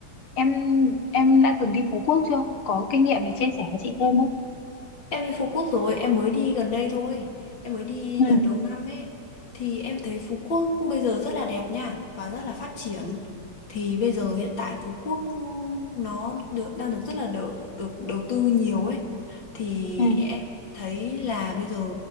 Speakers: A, on the left (about 75°); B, on the left (about 55°).
A: em em đã từng đi Phú Quốc chưa? Có kinh nghiệm để chia sẻ với chị thêm không?
B: Em đi Phú Quốc rồi, em mới đi gần đây thôi. Em mới đi
A: Ừ
B: đợt đầu năm ấy. Thì em thấy Phú Quốc bây giờ rất là đẹp nha và rất là phát triển. Thì bây giờ hiện tại Phú Quốc nó được đang được rất là đỡ, được đầu tư nhiều ấy. Thì
A: ừ
B: em thấy là bây giờ